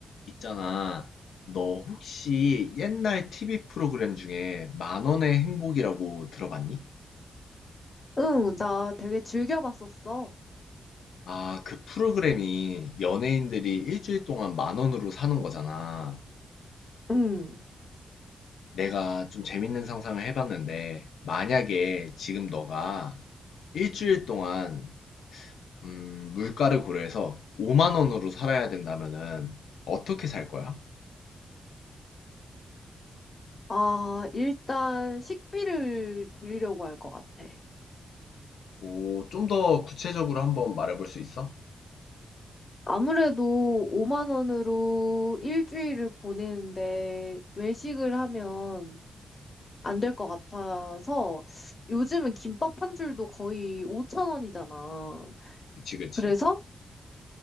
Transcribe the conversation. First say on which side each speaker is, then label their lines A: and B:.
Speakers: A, on the left; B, on the left.
A: 있잖아. 너 혹시 옛날 TV 프로그램 중에 만 원의 행복이라고 들어봤니?
B: 응, 나 되게 즐겨 봤었어.
A: 아, 그 프로그램이 연예인들이 일주일 동안 만 원으로 사는 거잖아.
B: 응.
A: 내가 좀 재밌는 상상을 해봤는데, 만약에 지금 너가 일주일 동안, 음, 물가를 고려해서 5만 원으로 살아야 된다면은 어떻게 살 거야?
B: 아, 일단 식비를 줄이려고 할 것 같아.
A: 오, 좀 더 구체적으로 한번 말해볼 수 있어?
B: 아무래도 5만 원으로 일주일을 보내는데 외식을 하면 안 될 것 같아서 요즘은 김밥 한 줄도 거의 5천 원이잖아.
A: 그치, 그치.
B: 그래서